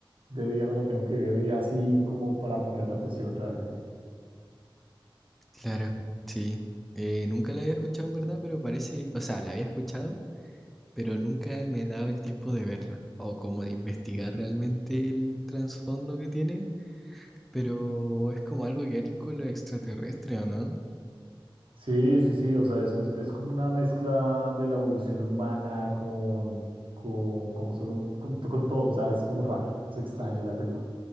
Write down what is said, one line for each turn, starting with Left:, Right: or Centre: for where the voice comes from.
Right: de día me la tengo que ver y así como para ponerle atención realmente.
Centre: Claro, sí. Eh, nunca la había escuchado en verdad, pero parece, o sea, la había escuchado, pero nunca me he dado el tiempo de verla o como de investigar realmente el trasfondo que tiene, pero es como algo que ver con lo extraterrestre, ¿o no?
Right: Sí, sí, sí, o sea, es, es, es como una mezcla de la evolución humana con, con, como solo, con, con todo, o sea, es como rara, es extraña la película.